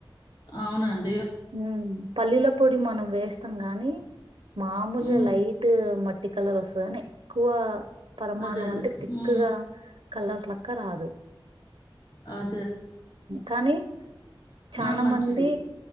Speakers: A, on the left; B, on the right.
A: అవునన్
B: ఉ పల్లీల పొడి మనం వేస్తాం గానీ మామూలుగా
A: హ్మ్.
B: లైట్ మ ట్టి కలర్ వస్తదని ఎక్కువ పరమాన్నం
A: అదే. అదే.
B: అంటే తిక్కుగా
A: హ్మ్.
B: కలర్ లెక్క రాదు.
A: అ
B: కానీ చానా
A: మనకు మంచిది.
B: మంది